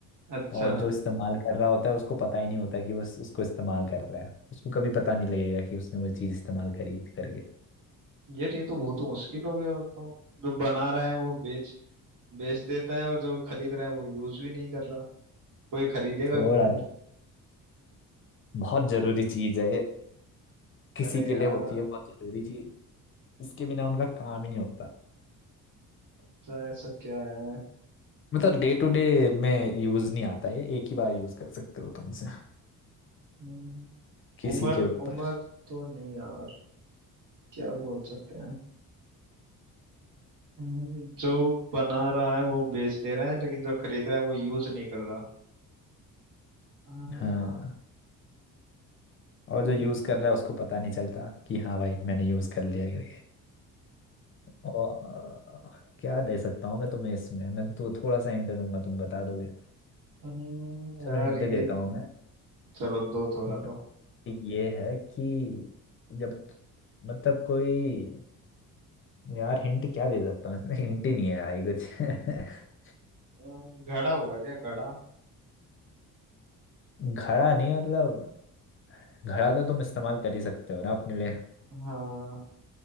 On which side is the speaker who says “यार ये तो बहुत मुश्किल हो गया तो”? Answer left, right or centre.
Right